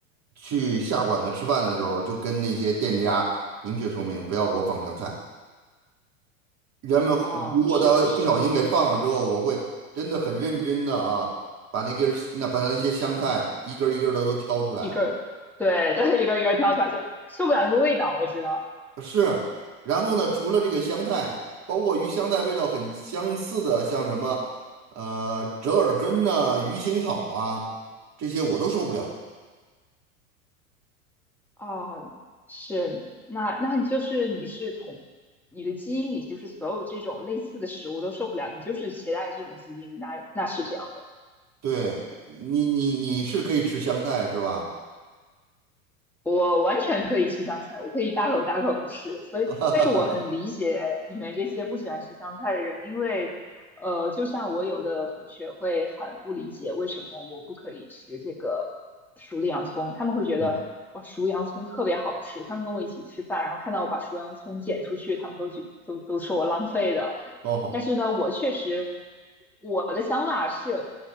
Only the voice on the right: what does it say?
去下馆子吃饭的时候，就跟那些店家明确说明，不要给我放香菜。人们如果他不小心给放了之后，
我会真的很认真的啊，把那根儿那把那些香菜一根儿一根的都挑出来。
是，然后呢，除了这个香菜，包括与香菜味道很相似的，像什么呃折耳根呐、鱼腥草啊，这些我都受不了。
对你，你你是可以吃香菜是吧？
<laughs>
嗯，
哦，